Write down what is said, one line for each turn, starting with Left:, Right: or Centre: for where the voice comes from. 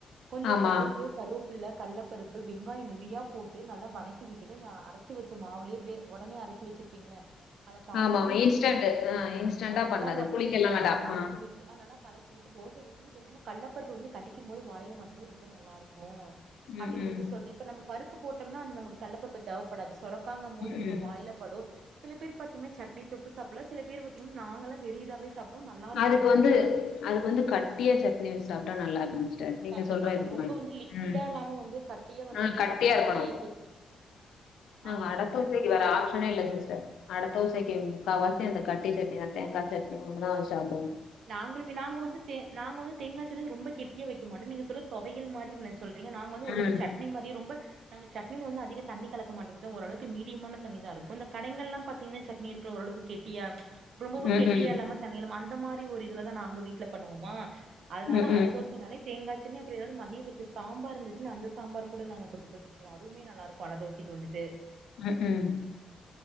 Right: கொஞ்சோ
Left: ஆமா
Right: கடுகு கருவப் பிள்ள கள்ளப்பருப்பு வெங்காயோ நெறையா போட்டு நல்லா வணக்கி விட்டுட்டு இந்த அரச்சு வெச்ச மாவுலே அப்டே ஒடனே அரைச்சு வெச்சிரு பிங்கள அத தாளிச்சதையு
Left: ஆமாமா
Right: நல்லா
Left: இன்ஸ்டன்ட்
Right: கொட்டி விட்டு
Left: ஆ இன்ஸ்டன்டா
Right: அ நல்லா
Left: பண்ணது
Right: ஒடுனா
Left: புளிக்கல்லா
Right: நல்லா
Left: வேண்டா
Right: கலக்கி
Left: ஆ
Right: விட் டு அ நல்லா கலக்கி விட்டு தோச ஊத்தி <inaudible> என்ன கள்ளப்பருப்ப வந்து கடிக்கும் போது வாயில மாட்டும்போது ரொம்ப நல்லாருக்கு
Left: ம்
Right: அப்டின்னு
Left: ம்
Right: வந்து சொல்ற இப்ப நம்ப பருப்பு போட்டம்னா அந்த நமக்கு கள்ள பருப்பு தேவப்படாது சொரக் காங்க போது இது
Left: ம்
Right: நம்ம வாய்ல படு சில பேர் பாத்திங்கன்னா சட் னி தொட்டு சாப்பல்லா சில பேர் பாத்திங்கன்னா நாங்களா வெறு இதாவே சாப்டுவோ நல்லா இருக்கு
Left: அதுக்கு
Right: ஏன்னா
Left: வந்து
Right: வந்துட்டு
Left: அதுக்கு வந்து கட்டியா சட்னி வெச்சு சாப்ட்டா நல்லா இரு சட்னிக்கா
Right: கண்டிப்பா
Left: சொல்றா
Right: கண்டி
Left: <inaudible>
Right: ரொம்ப வந்து லிக்விடா
Left: ம்
Right: இல்லாம வந்து கட்டியா வந்து
Left: ஹ
Right: நீங்க
Left: கட்டியா
Right: சொன்ன மாரி
Left: இருக்கணு
Right: கெட்டி
Left: நாங்க
Right: ஆமா சிஸ்டர்
Left: <unintelligible> ஆப்ஷனே இல்ல சிஸ்டர் அட தோசைக்கு முக்காவாசி அந்த கட்டி சட்னிதா தேங்கா சட்னி ஒண்ணுதா வச்சு சாப்புடுவே
Right: நாங்களுமே நாங்க வந்துட் தே நாங்க வந்து தோங்கா <unintelligible> ரொம்ப கெட்டியா வெக்க மாட்டோ நீங்க சொல்றது தொவையல் மாரினு சொல்றீங்க நாங்க வந்து ஓரளவுக்கு
Left: ம்
Right: சட்னி மா தி ரொம்ப நாங்க சட்னீல வந்து அதிக தண்ணி கலக்க மாட்டோம்ச ஓரளவுக்கு மீடியமான தண்ணிதா இருக்கு இந்த கடைங்கல்லா பாத்திங்ன்னா சட்னி இருக்குள்ள ஓரளவுக்கு கெட்டியா ரொம்பவு
Left: ம்
Right: கெட்டியா
Left: ம்
Right: இல்லாம தண்ணீல அந்த மாரி ஒரு இதுலதா நாங்க வீட்ல பண்ணுவோமா அதனால
Left: ம்
Right: அட
Left: ம்
Right: தோசைனாலே தேங்காச் சட்னி அப்பறோ யேதாவது மதியோ வெச்ச சாம்பார் இருந்துச்சுன்னா அந்த சாம்பார் கூட நாங்க தொட்டுப் பேச சில அதுவுமே நல்லாருக்கு அடதோசைக்கு வந்துட்டு
Left: ம் ம்